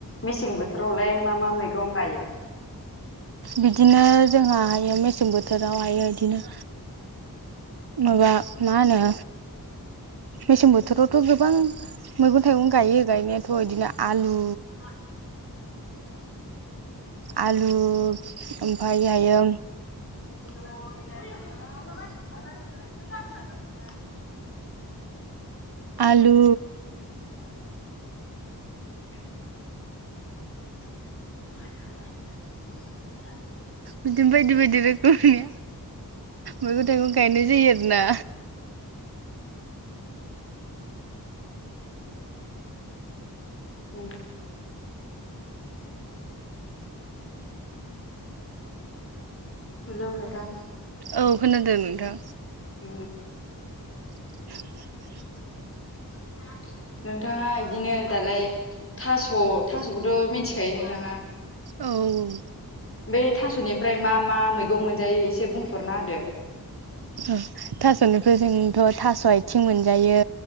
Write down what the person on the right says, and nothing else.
बिदिनो जोंहहायो मेसें बोथोरावहायो बिदिनो माबा मा होनो मेसेंम बोथोरावथ गोबां मैगं थाइगं गायो गायनायाथ' बिदिनो आलु
आलु ओमफ्रायहायो
आलु
बिदिनो बायदि बायदि रोखोमनि मैगं थाइगं गायनाय जायो आरोना
औ खोनादों नोंथां।
<inaudible>
औ औ।
उम थास'निफ्राय जोंथ' थास' आइथिं मोनजायो,